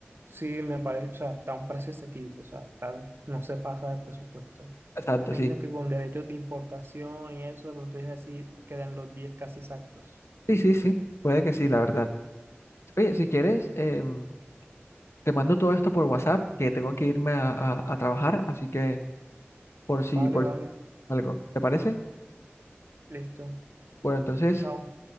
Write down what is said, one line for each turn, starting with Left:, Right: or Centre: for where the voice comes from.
Right: sí, me parece, o sea, está a un precio asequible, o sea, está, no se pasa del presupuesto.
Left: Exacto,
Right: Me
Left: sí.
Right: imagino que con derechos de importación y eso, de pronto es así, quedan los 10 casi exactos.
Left: Sí, sí, sí. Puede que sí, la verdad. Oye, si quieres, em, te mando todo esto por WhatsApp, que tengo que irme a, a- a trabajar, así que por si,
Right: Vale,
Left: por
Right: vale,
Left: si algo. ¿Te parece?
Right: listo.
Left: Bueno, entonces,
Right: Chao.